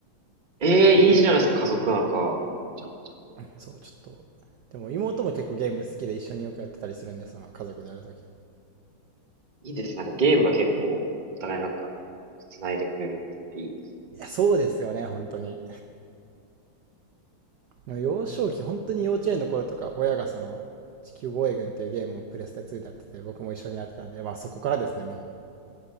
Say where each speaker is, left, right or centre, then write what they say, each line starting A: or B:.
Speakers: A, on the right (about 25°); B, on the right (about 65°).
A: ええ、いいじゃないですか、家族なんか。ちゃんちゃん。
B: そう、ちょっと。でも妹も結構ゲーム好きで一緒によくやってたりするんで、その家族でやるとき。い
A: いいですね。なんかゲームが結構、お互いなんか、繋いでくれるっていうのはいいです
B: や、そうですよね、本当に。幼少期、本当に幼稚園の頃とか、親がその、地球防衛軍っていうゲームをプレステ2でやってて、僕も一緒にやってたんで、まあそこからですね、も